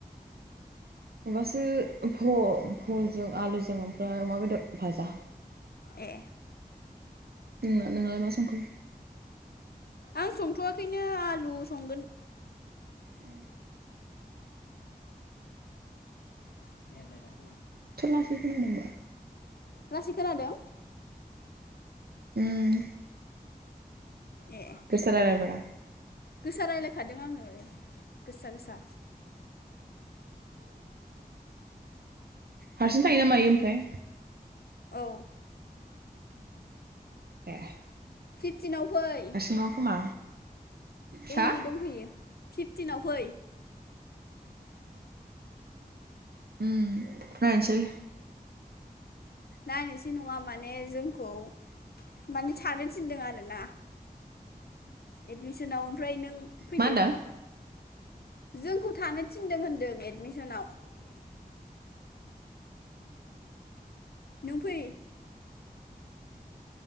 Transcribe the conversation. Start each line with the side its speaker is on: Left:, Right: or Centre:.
Right: माबासो भ-भलजों आलुजों ओमफ्राय अमा बेदर भाजा
Left: ए
Right: नोंङो नोंलाय मा संखो?
Left: आं संथ'वाखैनो आलु संगोन
Right: औ
Left: <inaudible>
Right: एथ'लासै खोनादों
Left: लासै खोनादों
Right: उम
Left: ए
Right: गोसा रायलायब्रा
Left: गोसा रायलायखादों आङो गोसा गोसा
Right: हारसिं थायोना मायो ओमफ्राय
Left: औ
Right: ए
Left: फिफ्टिनाव फै
Right: हारसिं नङा खोमा हा
Left: ओइ दंफैयो फिफटिनाव फै
Right: उम नायनोसै
Left: नायनोसै नङा माने जोंखौ माने थानो थिनदों आरो <unintelligible> एडमिसनाव ओमफ्राय नों फैदो
Right: मा होनदों
Left: जोंखौ थानो थिनदों होनदों एडमिसनाव नों फै